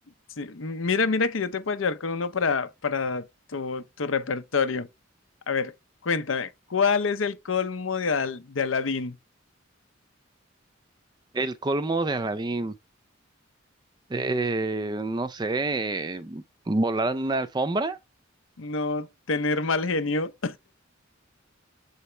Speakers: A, on the left (about 85°); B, on the right (about 20°).
A: sí, mira, mira que yo te puedo ayudar con uno para, para tu, tu repertorio. A ver, cuéntame, ¿cuál es el colmo de, Al- de Aladín?
B: El colmo de Aladín. Eh, no sé, volar en una alfombra.
A: No tener mal genio.